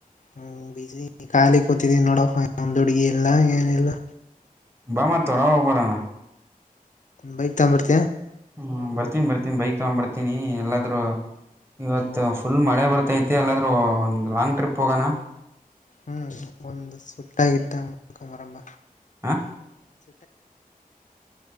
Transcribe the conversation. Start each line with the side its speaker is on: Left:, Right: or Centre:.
Left: ಹ್ಮ್ ಬೀಜಿ ಖಾಲಿ ಕೂತಿದೀನಿ ನೋಡಪ್ಪ ಒಂದ ಹುಡ್ಗಿ ಎಲ್ಲ ಏನೆಲ್ಲಾ
Right: ಬಾ ಮತ್ ಹೊರಬರನ
Left: ಬೈಕ್ ತಗ ಬರ್ತಿಯಾ
Right: ಹ್ಮ್ ಬರ್ತೀನಿ ಬರ್ತೀನ್ ಬೈಕ್ ತಗೊಂಡ್ ಬರ್ತೀನಿ ಎಲ್ಲಾದ್ ಇವತ್ತು ಫುಲ್ ಮಳೆ ಬರ್ತೈತಿ ಅಲ್ಲಾದ್ರೂ ಒಂದು್ ಲಾಂಗ್ ಟ್ರಿಪ್ ಹೋಗೋಣ
Left: ಹ್ಮ್ ಒಂದು ಸುುತ್ತಾಕಟ್ಟ ಮುಕ ಮರಂಬ
Right: ಹಾ